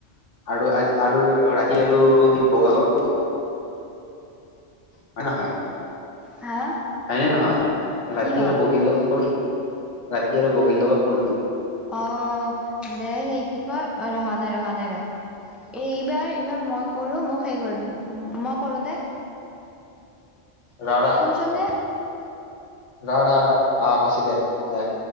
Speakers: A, on the left; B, in the centre.
A: আৰু-আৰু ৰাতি আৰু সেই বগালত হয় নহয়?
B: হা?
A: হয় নে নহয়? ৰাতি
B: কি হয়
A: আৰু বগীৰ লগত কৰি, ৰাতি আৰু বগীৰ লগত কৰবি।
B: অ', দে সে কি কয়, অ', ৰ' হোৱা নাই ৰ' হোৱা নাই ৰ'। এইবাৰ-এইবাৰ মই কৰো মোক সেই কৰ, মই কৰো দে।
A: ৰ-ৰ!
B: শুনছনে
A: -ৰ-ৰ-ৰ! অহ হৈছিদে দে।